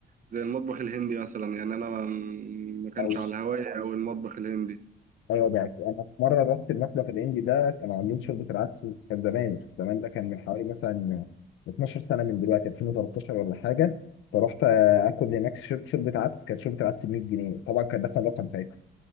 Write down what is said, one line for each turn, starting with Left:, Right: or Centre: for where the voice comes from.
Right: زي المطبخ الهندي مثلا يعني انا ما ما كانش
Left: عاوز-
Right: على هواية او المطبخ الهندي
Left: ايوه ده أكيد. انا في مره رحت المطبخ الاندي ده كانوا عاملين شوربه العدس كان زمان زمان ده كان من حوالي مثلا 12 سنه من دلوقتي 2013 ولا حاجه فرحت آه، اكل هناك شربت شوربه عدس كانت شوربه العدس ب 100 جنيه طبعا كان ده كان رقم ساعتها